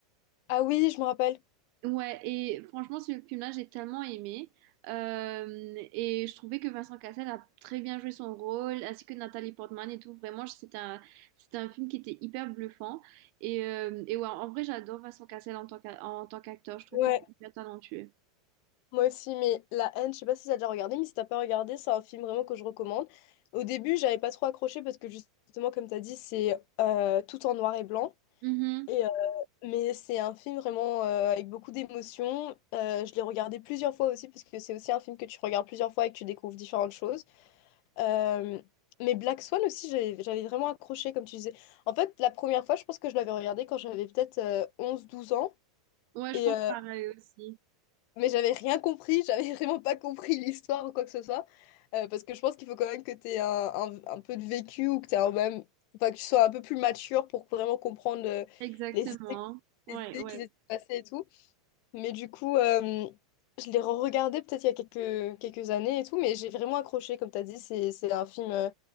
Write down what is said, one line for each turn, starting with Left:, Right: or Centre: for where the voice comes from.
Left: Ah oui, je me rappelle.
Right: Ouais, et franchement, ce film-là, j'ai tellement aimé. Euh, et je trouvais que Vincent Cassel a très bien joué son rôle, ainsi que Nathalie Portman et tout. Vraiment, c'est un, c'est un film qui était hyper bluffant. Et, euh, et ouais, en vrai, j'adore Vincent Cassel en tant qu'a- en tant qu'acteur. Je trouve
Left: Ouais,
Right: qu'il est hyper talentueux.
Left: moi aussi, mais La Haine, je sais pas si t'as déjà regardé, mais si t'as pas regardé, c'est un film vraiment que je recommande. Au début, j'avais pas trop accroché parce que justement, comme t'as dit, c'est euh, tout en noir et blanc.
Right: Mhm.
Left: Et, euh, mais c'est un film vraiment euh, avec beaucoup d'émotions. Euh, je l'ai regardé plusieurs fois aussi parce que c'est aussi un film que tu regardes plusieurs fois et que tu découvres différentes choses. Euh, mais Black Swan aussi, j'avais j'avais vraiment accroché, comme tu disais. En fait, la première fois, je pense que je l'avais regardé quand j'avais peut-être euh, onze, douze ans.
Right: Ouais,
Left: Et,
Right: je pense
Left: euh,
Right: pareil aussi.
Left: mais j'avais rien compris, j'avais <laughs> vraiment pas compris l'histoire ou quoi que ce soit. Euh, parce que je pense qu'il faut quand même que tu aies un, un- un peu de vécu ou que t'aies un même, enfin, que tu sois un peu plus mature pour vraiment comprendre euh,
Right: Exactement.
Left: les idées,
Right: Ouais,
Left: les idées
Right: ouais.
Left: qui s'étaient passées et tout. Mais du coup, euh, je l'ai re-regardé peut-être il y a quelques, quelques années et tout, mais j'ai vraiment accroché, comme tu as dit, c'est, c'est un film euh,